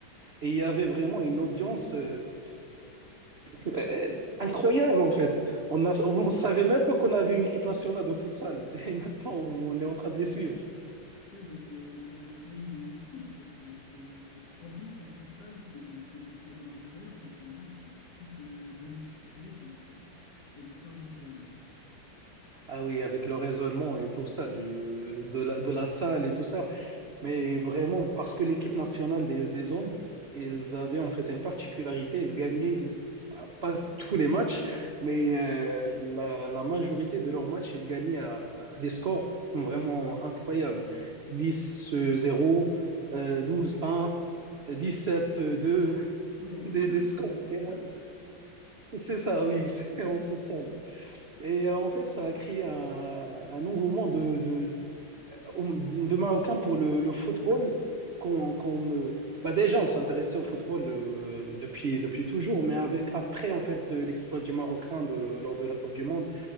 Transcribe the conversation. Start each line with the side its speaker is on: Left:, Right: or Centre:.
Right: Et il y avait vraiment une audience. euh, euh, Incroyable en fait. On a, on savait même pas qu'on avait une équipe nationale de futsal. <laughs> Et maintenant, on est en train de les suivre.
Left: ouais, bah c'est, ça a créé une émulsion en fait. Euh, C'est, en plus, en futsal, c'est des, c'est des stades en intérieur, donc l'ambiance, elle est tout de suite euh, démultipliée. Enfin, ça, ça doit faire du bruit, ouais.
Right: Ah oui, avec le raisonnement et tout ça, du, de la, de la salle et tout ça. Mais vraiment, parce que l'équipe nationale des, des hommes, ils avaient en fait une particularité, ils gagnaient ah, pas tous les matchs, mais euh, la, la majorité de leurs matchs, ils gagnaient à, à des scores vraiment incroyables. dix zéro, euh, douze un, dix sept deux,
Left: Oui, en futsal,
Right: des, des scores.
Left: ça, en futsal.
Right: vraiment. C'est ça, oui, <laughs> c'est-
Left: Ouais, ouais, ouais.
Right: on fait ça. Et euh, en fait, ça a créé un, un engouement de, de, de Marocains pour le, le football. Qu'on, qu'on me... bah déjà, on s'intéressait au football euh, depuis, depuis toujours, mais avec, après, en fait, euh, l'exploit du Marocain de, lors de la Coupe du Monde